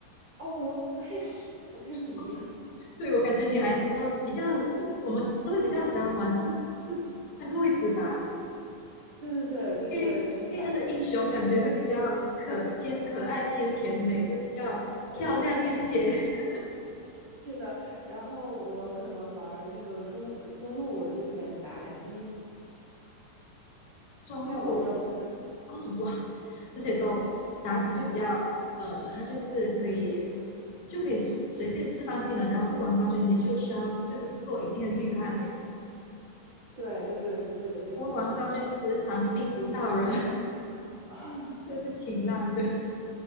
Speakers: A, on the right; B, on the left.
A: 哦，我我也是，我跟你一样。
B: <laughs> 对我感觉女孩子都比较，就我们都会比较喜欢玩这这这三个位置吧，
A: 对对对，就是就是法师。
B: 因为因为他的英雄感觉会比较可偏可爱偏甜美，就比较漂亮一些。
A: 对的，
B: <laughs>
A: 是的，然后我可能玩儿那个中呃中路，我就选妲己，
B: 中路
A: 还有王昭君。
B: 哦哇，这些都妲己就比较呃，她就是可以就可以释随便释放技能。然后过王昭君，你就需要就是做一定的预判耶。
A: 对对对对对的对的，
B: 我王昭君时常冰不到人，
A: 没错没错。<laughs>
B: <laughs>
A: 啊，
B: 那就挺烂的。